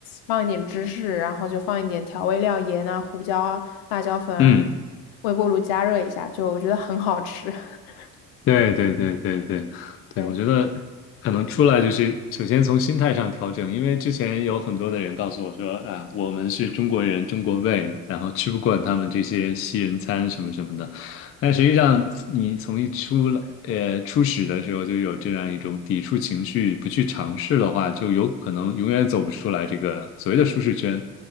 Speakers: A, on the left (about 65°); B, on the left (about 30°).
A: 放一点芝士，然后就放一点调味料，盐啊、胡椒啊、辣椒粉，
B: 嗯。
A: 然后微波炉加热一下，就我觉得很好吃。<laughs>
B: 对对对对对对，
A: 对。
B: 我觉得可能出来就是首先从心态上调整，因为之前有很多的人告诉我说啊，我们是中国人，中国胃，然后吃不惯他们这些西人餐什么什么的。但实际上，你从一出来，呃，初始的时候就有这样一种抵触情绪，不去尝试的话，就有可能永远走不出来这个所谓的舒适圈。